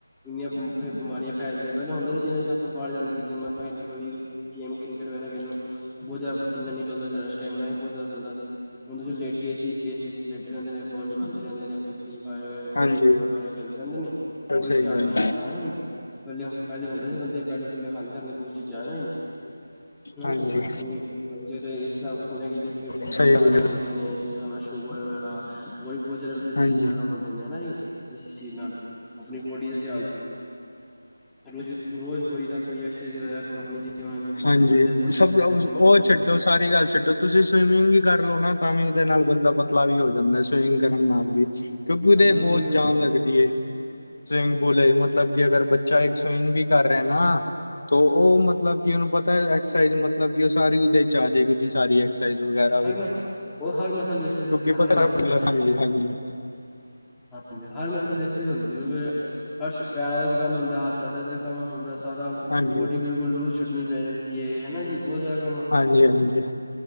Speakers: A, in the centre; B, on the left.
A: ਏਨੀਆਂ ਬਿਮਾਰੀਆਂ ਫੈਲਦੀਆਂ, ਪਹਿਲਾਂ ਹੁੰਦਾ ਸੀ, ਜਿਵੇਂ, ਆਪਾਂ ਬਾਹਰ ਜਾਂਦੇ ਸੀ ਗੇਮਾਂ ਖੇਲਣਾ ਕੋਈ ਵੀ ਗੇਮ ਕ੍ਰਿਕਟ ਵਗੈਰਾ ਖੇਡਣਾ, ਬਹੁਤ ਜ਼ਿਆਦਾ ਪਸੀਨਾ ਨਿਕਲਦਾ ਸਟੈਮਨਾ ਵੀ ਬਹੁਤ ਜ਼ਿਆਦਾ ਬਨਦਾ ਸੀ। ਹੁਣ ਤੁਸੀਂ ਲੇਟੇ, ਏਸੀ'ਚ ਰਹਿੰਦੇ ਨੇ, ਫੋਨ ਚਲਾਉਂਦੇ ਰਹਿੰਦੇ ਨੇ, ਆਪਣੀ ਫ੍ਰੀ ਫਾਇਰੇ ਗੇਮਾਂ,
B: ਹਾਂਜੀ
A: ਗੇਮਾਂ ਵਗੈਰਾ ਖੇਲਦੇ ਰਹਿੰਦੇ ਨੇ, ਕੋਈ
B: ਸਹੀ
A: ਧਿਆਨ
B: ਗੱਲ
A: ਨੀ ਹੈਗਾ ਹਨਾ ਪਹਿਲੇ, ਪਹਿਲੇ ਹੁੰਦਾ ਸੀ, ਬੰਦੇ ਪਹਿਲੇ-ਪਹਿਲੇ ਖਾਂਦੇ ਸੀ, ਆਪਣੀ ਕੁਛ ਚੀਜ਼ਾਂ ਨਾ ਜੀ। ਹਨਾ
B: ਹਾਂਜੀ
A: ਜੀ, ਆਪਣੀ ਜ ਇਸ ਹਿਸਾਬ ਨਾ ਬਿਮਾਰੀਆਂ
B: ਸਹੀ ਗੱਲ
A: ਹੁੰਦੀਆਂ ਨੇ, ਜਿਵੇਂ ਸ਼ੂਗਰ ਵਗੈਰਾ ਹੋਰ ਵੀ, ਬਹੁਤ ਜਿਆ ਡਿਸੀਜ਼
B: ਹਾਂਜੀ
A: ਵਗੈਰਾ ਹੁੰਦੀ ਹਨਾ ਜੀ, ਅ ਨਾਲ ਆਪਣੀ ਬੋਡੀ ਦਾ ਧਿਆਨ ਰੋਜ਼, ਰੋਜ਼ ਕੋਈ ਤਾਂ ਕੋਈ ਐਕਸਰਸਾਈਜ਼ ਆਪਣੀ ਜੀਵਨ
B: ਹਾਂਜੀ।
A: ਬੰਦੇ ਮੋਟੇ
B: ਸਭ
A: ਹੁੰਦੇ ਨੇ ਆਪਣੇ
B: ਉਹ
A: ਮੋਟੇ
B: ਛੱਡੋ,
A: ਹੁੰਦੇ
B: ਸਾਰੀ ਗੱਲ ਛੱਡੋ ਤੁਸੀਂ ਸਵੀਮਿੰਗ ਹੀ ਕਰ ਲਓ ਨਾ, ਤਾਂ ਵੀ ਉਹਦੇ ਨਾਲ ਬੰਦਾ ਪਤਲਾ ਵੀ ਹੋ ਜਾਂਦਾ, ਸਵੀਮਿੰਗ ਕਰਨ ਨਾਲ ਵੀ ਕਿਉਂਕਿ, ਉਹਦੇ
A: ਹਾਂਜੀ ਉਹ
B: ਬਹੁਤ ਜਾਨ ਲੱਗਦੀ ਏ, ਸਵੀਮਿੰਗ ਪੂਲ ਮਤਲਬ ਕਿ, ਅਗਰ ਬ ਚਾਏ ਸਵਿਮਿੰਗ ਵੀ ਕਰ ਰਹੇ ਨਾ, ਤੋ, ਉਹ ਮਤਲਬ ਕਿ, ਉਹਨੂੰ ਪਤਾ ਐਕਸਰਸਾਈਜ਼ ਮਤਲਬ ਉਹ ਸਾਰੀ ਉਹਦੇ'ਚ ਆ ਜਾਏਗੀ। ਸਾਰੀ ਐਕਸਾਈਜ਼ ਵਗੈਰਾ ਵੀ
A: ਹਰ ਮਸ ਉਹ ਹਰ ਮਸਲ ਦੀ ਐਕਸੀ
B: ਕਿਉਂਕਿ ਪਤਾ
A: ਹਰ ਮਸਲ
B: ਹੈ।
A: ਦੀ ਐਕਸਸ
B: ਹਾਂਜੀ ਹਾਂਜੀ
A: ਹਾਂਜੀ, ਹਰ ਮਸਲ ਦੇ ਹ ਕਿਉਂਕਿ, ਹਰ ਪੈਰਾਂ ਦਾ ਵੀ ਕੰਮ ਹੁੰਦਾ, ਹੱਥਾ ਦਾ ਵੀ ਕੰਮ ਹੁੰਦਾ, ਸਾਰਾ
B: ਹਾਂਜੀ
A: ਬੋਡੀ ਬਿਲ ਲੂਜ ਛੱਡਨੀ ਪੈ ਜਾਂਦੀ ਹੈ, ਹਨਾ ਜੀ, ਬਹੁਤ ਜ਼ਿਆਦਾ ਕੰਮ
B: ਹਾਂਜੀ ਹਾਂਜੀ